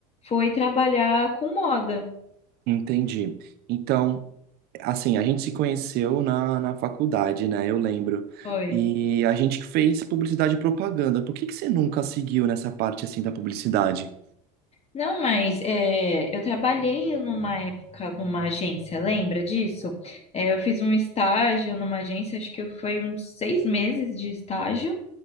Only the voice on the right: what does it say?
Entendi. Então, assim, a gente se conheceu na, na faculdade, né? Eu lembro.
E a gente que fez publicidade e propaganda. Por que que você nunca seguiu nessa parte assim da publicidade?